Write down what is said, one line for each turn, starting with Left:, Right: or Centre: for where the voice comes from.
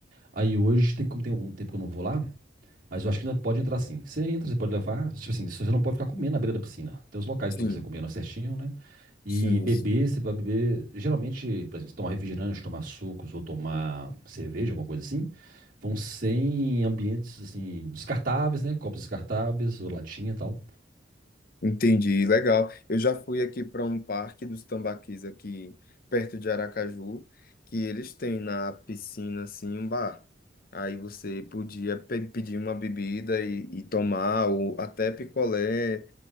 Right: Aí hoje, tem, como tem um tempo que eu não vou lá, mas eu acho que ainda pode entrar sim. Você entra, você pode levar. Tipo assim, você não pode ficar comendo na beira da piscina. Tem os locais
Left: Sim,
Right: para você comer não é certinho, né? E
Left: sim,
Right: beber,
Left: sim.
Right: você vai beber. Geralmente, por exemplo, se tomar refrigerante, tomar sucos ou tomar cerveja, alguma coisa assim, vão sem ambientes assim, descartáveis, né? Copos descartáveis ou latinha e tal.
Left: Entendi, legal. Eu já fui aqui para um parque dos tambaquis aqui perto de Aracaju, que eles têm na piscina assim um bar. Aí você podia pe- pedir uma bebida e, e tomar, ou até picolé.